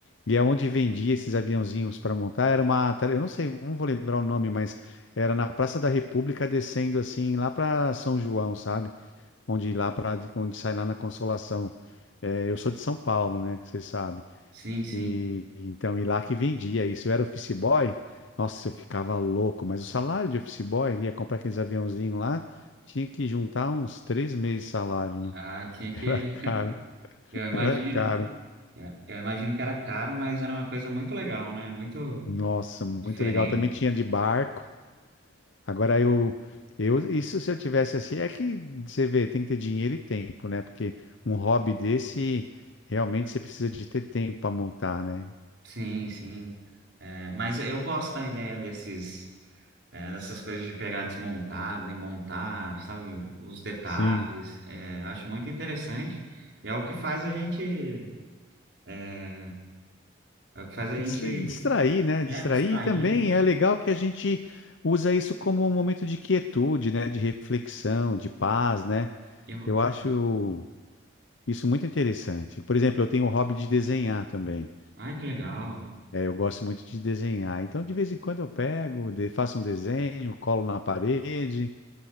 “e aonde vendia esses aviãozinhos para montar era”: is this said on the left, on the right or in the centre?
Left